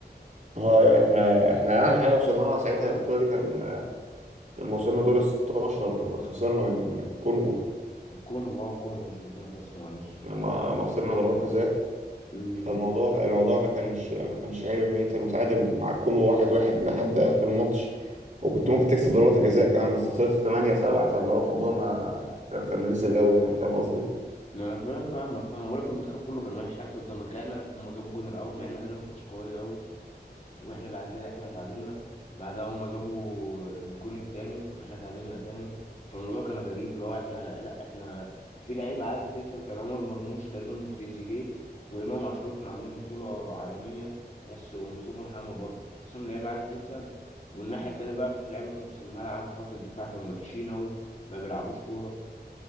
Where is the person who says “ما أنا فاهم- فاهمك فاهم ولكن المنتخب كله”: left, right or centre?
Left